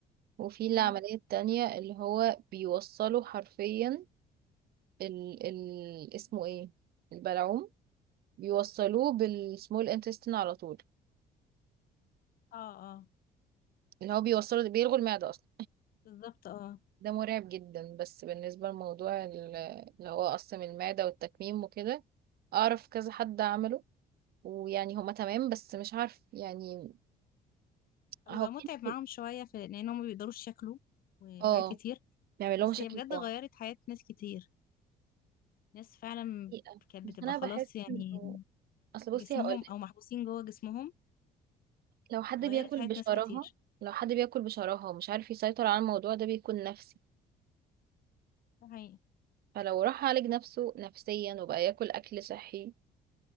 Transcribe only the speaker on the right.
وفي العملية
التانية اللي هو بيوصله حرفيا ال ال اسمه ايه البلعوم بيوصلوه بالسمول انتستين على طول
اللي هو بيوصله بيلغوا المعدة اصلا
ده مرعب جدا بس بالنسبة لموضوع ال- اللي هو قص من المعدة والتكميم وكده اعرف كذا حد عمله ويعني هما تمام بس مش عارف يعني
هو في
ناس
بي-
اه
بيعمل لهم
مشاكل
طبعا
حقيقة.
بس
انا
بحس
انه اصل بصي
هقول لك،
لو حد
بياكل
بشراهة
لو حد بياكل بشراهة ومش عارف يسيطر على الموضوع ده بيكون نفسي
فلو راح عالج نفسه نفسيا وبقى ياكل اكل صحي